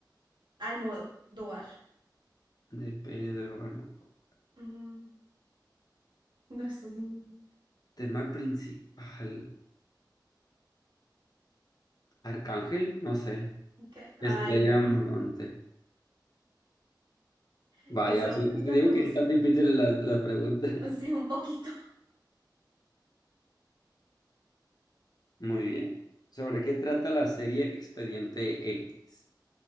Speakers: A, on the right; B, on the left.
A: Almodóvar?
B: De Pedro Almodóvar.
A: Mm, no, esto sí.
B: Tema principal. Arcángel, no sé.
A: me cae-
B: Estrella
A: Ay, no.
B: Morente.
A: <laughs>
B: Vaya,
A: Eso
B: su-
A: no
B: es
A: lo
B: que digo
A: conozco.
B: que sí están difíciles las, las preguntas. <laughs>
A: Sí, un poquito.
B: Muy bien. ¿Sobre qué trata la serie Expediente X?